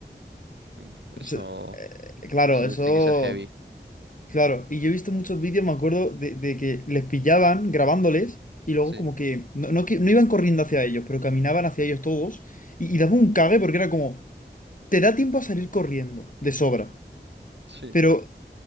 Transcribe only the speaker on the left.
O
sea, eh, claro,
eso...
Claro, y yo he visto muchos vídeos, me acuerdo, de, de que les pillaban grabándoles y luego
como que no, no, que- no iban corriendo hacia ellos, pero caminaban hacia ellos todos y, y daba un cague porque era como, te da tiempo a salir corriendo de sobra,
pero...